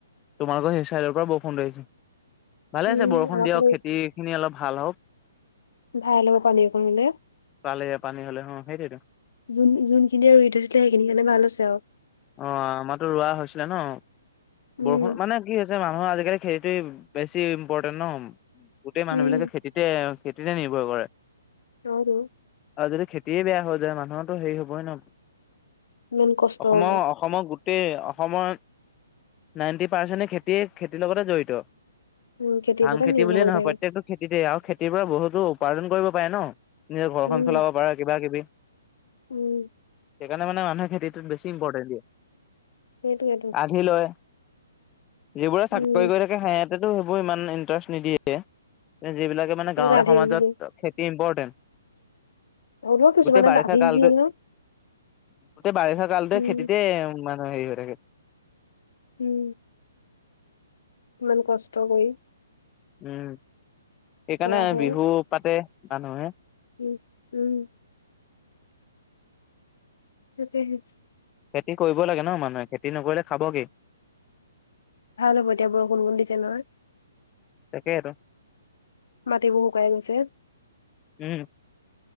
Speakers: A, on the left (about 20°); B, on the left (about 70°).
A: তোমালোকৰ সেই চাইডৰ পৰা বৰষুণ লৈ আহিছে, ভালেই
B: উম,
A: হৈছে বৰষুণ
B: আমাৰ
A: দিয়ক
B: ফালে
A: খেতি খিনি অলপ ভাল হওক।
B: ভাল হব পানীৰ পৰিলে।
A: পালে পানী হ'লে অ সেইটোৱে টো।
B: যোন যোনখিনিয়ে ৰুই থৈছিলে সেইখিনি কাৰণে ভাল হৈছে আও।
A: অ আমাৰতো ৰুৱা হৈছিলে ন
B: উম,
A: বৰষুণ মানে কি হৈছে - মানুহৰ আজিকালি খেতিতেই বেছি ইম্পৰ্টেণ্ট ন - গোটেই মানুহ
B: উম,
A: বিলাকে খেতিতে খেতিতে নিৰ্ভৰ কৰে।
B: হয়তো
A: আৰু যদি খেতিয়ে বেয়া হৈ যায় মানুহতো হেৰি হব‌ই ন।
B: ইমান কষ্ট-
A: অসম-
B: হ'ব।
A: অসমৰ গোটেই অসমৰ নাইনটি পাৰ্চেন্টে খেতিয়ে খেতিৰ লগতে জড়িত।
B: উম, খেতিৰ
A: ধান
B: ওপৰতে
A: খেতি
B: নিৰ্ভৰ
A: বুলিয়ে
B: কৰি
A: নহয়
B: থাকে।
A: প্ৰত্যয়কটো খেতিতে আৰু খেতিৰ পৰা বহুতো উপাৰ্জন কৰিব পাৰে ন। নিজৰ ঘৰখন
B: উম,
A: চলাব পাৰা কিবা কিবি সেইকাৰণে
B: উম,
A: মানে মানুহে খেতিটোত বেছি - ইম্পৰ্টেণ্ট দিয়ে।
B: সেইটোৱে টো।
A: আধি লয় যিবোৰে চাকৰি
B: উম,
A: কৰি থাকে হেহঁত- সেইটো সেইবোৰে ইমান ইন্টাৰেষ্ট নিদিয়ে, যিবিলাকে মানে
B: সেইকাৰণে
A: গাঁৱলীয়া
B: আধি
A: সমাজত
B: দি দিয়ে।
A: খে- যি ইম্পৰ্টেণ্ট,
B: হ'লেও কিছুমানে
A: গোটেই বাৰিষা
B: আধি
A: কালটো
B: দি দিয়ে নহয়।
A: - গোটেই বাৰিষা কালটোৱে
B: উম,
A: খেতিতে মানে হেৰি হৈ থাকে।
B: উম। ইমান কষ্ট কৰি।
A: উম, সেইকাৰণে
B: কৰা হয়।
A: বিহু পাতে মানুহে।
B: উম, উম। তাকে হে।
A: খেতি কৰিব লাগে ন মানুহে খেতি নকৰিলে খাব কি?
B: ভাল হ'ব এতিয়া বৰষুণ ভূন দিছে নহয়।
A: তাকে আৰু।
B: মাটিবোৰ শুকাই গৈছে।
A: উম।